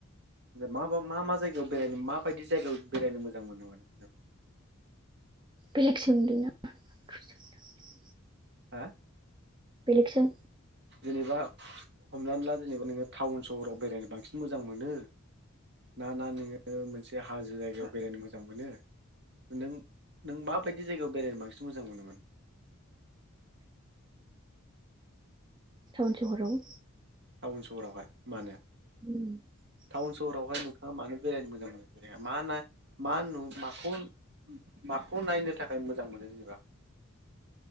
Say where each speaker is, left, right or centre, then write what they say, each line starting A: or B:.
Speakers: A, on the right; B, on the right.
A: मा मा जायगायाव बेरायनो माबायदि जायगायाव बेरायनो मोजां मोनो <unintelligible>
B: बेलेग सोंदोना <unintelligible>
A: हा?
B: बेलेग सों।
A: जेनेबा हमनानै ला जेनेबा नोङो टाउन सहराव बेरायनो बांसिन मोजां मोनो ना ना नोङो मोनसे हाजो जायगायाव बेरायनो मोजां मोनो नों नों माबायदि जायगायाव बेरायनो बांसिन मोजां मोनोमोन?
B: टाउन सहराव।
A: टाउन सहरावहाय मानो?
B: <inaudible>
A: टाउन सहरावहाय नोंथाङा मानो बेरायनो मोजां मोनो <unintelligible> माखौ नायनो थाखाय मोजां मोनो जेनेबा?